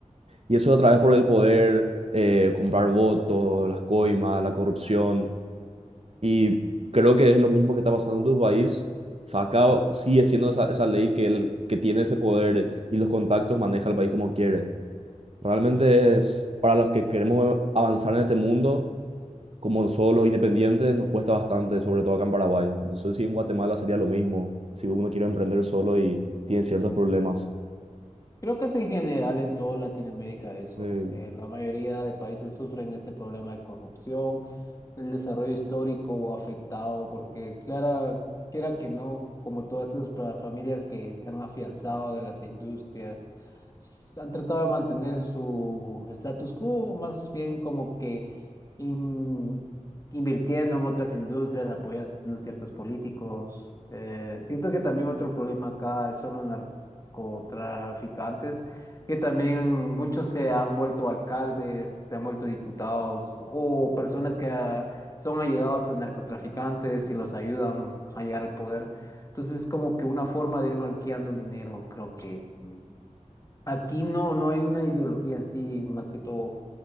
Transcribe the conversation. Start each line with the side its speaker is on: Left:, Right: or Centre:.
Right: Y eso a través por el poder, eh, comprar votos, las coimas, la corrupción. Y creo que es lo mismo que está pasando en tu país. O sea, acá sigue siendo esa, esa ley que el que tiene ese poder y los contactos maneja el país como quiere. Realmente es para los que queremos avanzar en este mundo, como solo los independientes, nos cuesta bastante, sobre todo acá en Paraguay. No sé si en Guatemala sería lo mismo, si uno quiere emprender solo y tiene ciertos problemas.
Left: Creo que es en general en toda Latinoamérica eso.
Right: Eh,
Left: Eh, la mayoría de países sufren este problema de corrupción, el desarrollo histórico o afectado, porque clara, quiera que no, como todas estas pa- familias que se han afianzado de las industrias, s- han tratado de mantener su status quo, más bien como que in- invirtiendo en otras industrias, apoyando a ciertos políticos. Eh, siento que también otro problema acá es solo narcotraficantes, que también muchos se han vuelto alcaldes, se han vuelto diputados o personas que ah, son allegados a narcotraficantes y los ayudan a llegar al poder. Entonces es como que una forma de ir blanqueando el dinero, creo que. mm, Aquí no, no hay una ideología en sí, más que todo